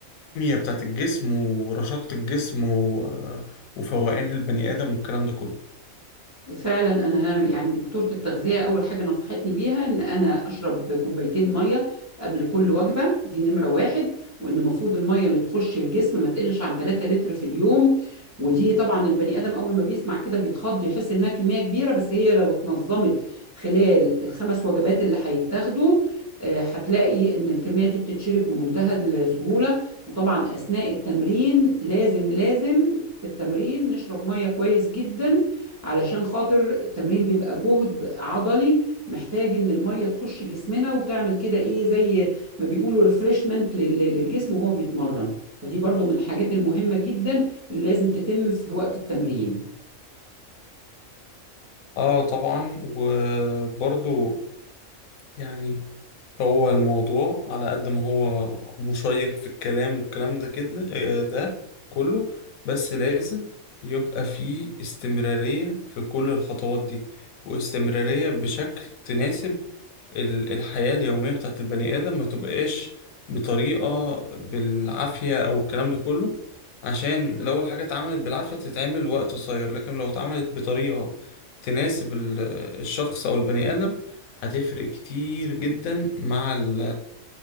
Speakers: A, on the left (about 80°); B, on the right (about 15°).
A: بتاعت الجسم ورشاقة الجسم و- وفوقان البني آدم والكلام ده كله
B: فعلا انا يعني دكتوره التغذيه اول حاجه نصحتني بيها ان انا اشرب كوبايتين ميه قبل كل وجبه دي نمره واحد وان المفروض الميه اللي تخش الجسم ما تقلش عن 3 لتر في اليوم ودي طبعا البني ادم اول ما بيسمع كده بيتخض يحس انها كميه كبيره بس هي لو اتنظمت خلال الخمس وجبات اللي هيتاخدوا آه، هتلاقي ان الكميه دي بتتشرب بمنتهى السهوله وطبعا اثناء التمرين لازم لازم في التمرين نشرب ميه كويس جدا علشان خاطر التمرين بيبقى جهد عضلي محتاج ان الميه تخش جسمنا وتعمل كده ايه زي ما بيقولوا ريفرشمنت للجسم وهو بيتمرن فدي برضو من الحاجات المهمة جدا اللي لازم تتم في وقت التمرين
A: اه طبعا وبرضو يعني هو الموضوع على قد ما هو مشيق في الكلام والكلام ده كده آه، ده كله بس لازم يبقى فيه استمرارية في كل الخطوات دي واستمرارية بشكل تناسب ال- الحياة اليومية بتاعت البني آدم ما تبقاش بطريقة بالعافية أو الكلام ده كله عشان لو الحاجة اتعملت بالعافية تتعمل وقت قصير لكن لو اتعملت بطريقة تناسب ال- الشخص أو البني آدم هتفرق كتير جدا مع ال